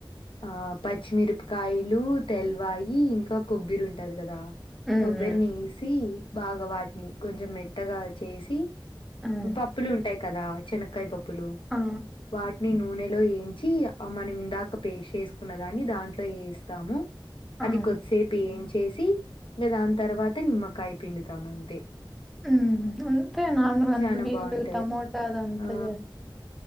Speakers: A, on the left; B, in the centre.
A: ఆ పచ్చిమిరపకాయిలు తెల్వాయి ఇంకా కొబ్ ఉంటది కదా
B: ఉమ్
A: కొబ్బరిని ఎసి ఈ బాగా వాటిని కొంచెం మెత్తగా చేసి
B: ఉమ్
A: పప్పులుంటాయి కదా చెనక్కాయ పప్పులు
B: ఆ ఆ
A: వాటిని నూనె లో ఏంచి ఆ మనం ఇందాక పేస్ట్ చేసుకున్న దాన్ని దాంట్లో ఏస్తాము
B: ఆ,
A: అది కొద్దిసేపు ఏంచేసి ఇంగ దాని తర్వాత నిమ్మకాయ పిండుతాం అంతే
B: ఉమ్ అంతేనా <inaudible>
A: చానా
B: వీళ్లు
A: బాగుంటది
B: టమోటాలు అంతా
A: ఆ
B: చేస్త